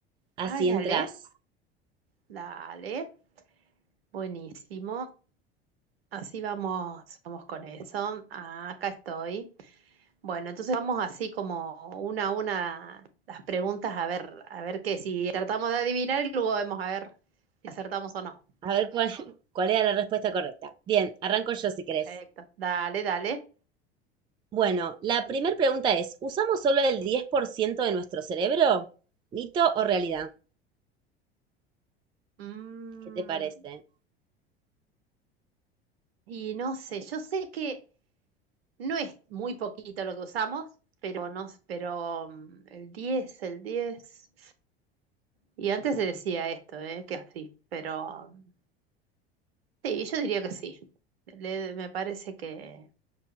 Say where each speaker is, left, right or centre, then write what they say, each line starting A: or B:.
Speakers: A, on the right; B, on the right.
A: así
B: Ay, dale,
A: entras.
B: dale. Buenísimo. Así vamos, vamos con eso. Ah, acá estoy. Bueno, entonces vamos así como una a una las preguntas a ver, a ver qué, si tratamos de adivinar y luego vemos a ver si acertamos o no.
A: A ver cuál, <laughs> cuál era la respuesta correcta. Bien, arranco yo si querés.
B: Perfecto. Dale, dale.
A: Bueno, la primera pregunta es, ¿usamos solo el 10% de nuestro cerebro? ¿Mito o realidad?
B: Mm,
A: ¿Qué te parece?
B: y no sé, yo sé que no es muy poquito lo que usamos, pero no, pero mm, el diez, el diez. Y antes se decía esto, ¿eh? Que así, pero um, sí, yo diría que sí. Le- me parece que,